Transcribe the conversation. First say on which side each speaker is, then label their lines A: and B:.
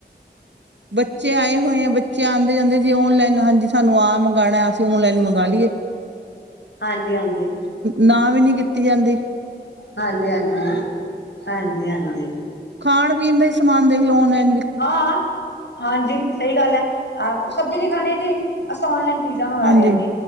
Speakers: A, on the right; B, on the left.
A: ਬੱਚੇ ਆਏ ਹੋਏ ਐ ਬ ਬੱਚੇ ਆਦੇ ਜਾਂਦੇ ਜੀ ਔਨਲਾਈਨ ਹਾਂਜੀ ਸਾਨੂੰ ਆ ਮੰਗਾਣਾ ਅਸੀਂ ਔਨਲਾਈਨ ਮੰਗਾ ਲੀਏ।
B: ਹਾਂਜੀ-ਹਾਂਜੀ,
A: ਨਾ ਵੀ ਨੀ ਕੀਤੀ ਜਾਂਦੀ
B: ਹਾਂਜੀ-ਹਾਂਜੀ। ਹਾਂਜੀ-ਹਾਂਜੀ।
A: ਖਾਣ-ਪੀਣ ਦਾ ਈ ਸਮਾਨ ਦੇਖ ਲਓ ਔਨਲੈਨ ਵਿ
B: ਹਾਂ ਆਂ ਹਾਂਜੀ ਸਈ ਗੱਲ ਐ ਆ ਸਬਜ਼ੀ ਨੀ ਖਾਣੀ ਜੀ। ਅਸੀਂ ਤਾ ਔਨਲਾਈਨ ਪੀਜ਼ਾ ਮੰਗਾ
A: ਹਾਂਜੀ
B: ਰੇ ਆ ਜੀ,